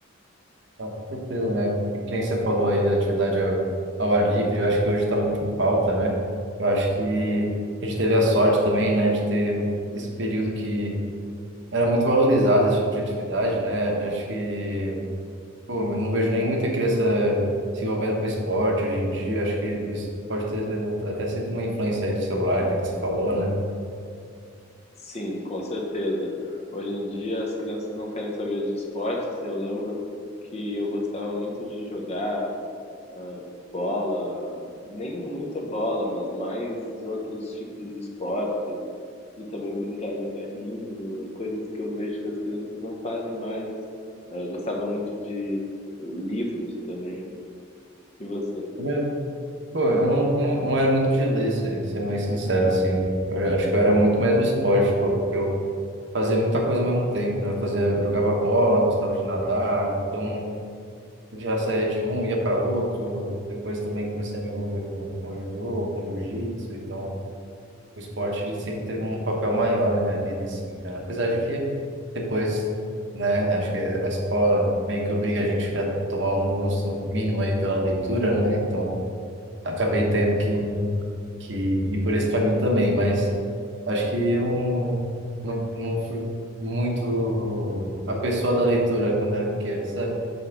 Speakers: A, on the right; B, on the left.
A: tá, com certeza, né? É Que nem você falou aí, atividade ao, ao ar livre, eu acho que hoje está muito em falta, né? Eu acho que a gente teve a sorte também, né, de ter esse período que era muito valorizado esse tipo de atividade, né? Eu Acho que Pô, eu não vejo nem muita criança se envolvendo com esporte hoje em dia. Acho que isso pode ter até sido uma influência aí do celular, que nem você falou, né?
B: Sim, com certeza. Hoje em dia as crianças não querem saber de esportes. Eu lembro que eu gostava muito de jogar ah, bola, nem muita bola, mas mais outros tipos de esportes e também brincar de carrinho, coisas que eu vejo que as crianças não fazem mais. Ah, gostava muito de livros também. E você?
A: Eu, pô, eu não, não, não era muito de ler, se- sendo bem sincero, assim. Eu acho que eu era muito mais do esporte, pô, porque eu fazia muita coisa ao mesmo tempo, né? Eu fazia, jogava bola, gostava de nadar, então eu já saía de um, ia para outro. Depois também comecei a me envolver com, com judô, com jiu-jitsu, então. O esporte ele sempre teve um papel maior na minha vida, assim, cara. Apesar de que depois, né, acho que a escola meio que obriga a gente a tomar um gosto mínimo aí pela leitura, né? Então, acabei tendo que, que ir por esse caminho também, mas acho que eu não, não, não fui muito a pessoa da leitura quando era pequeno, sabe?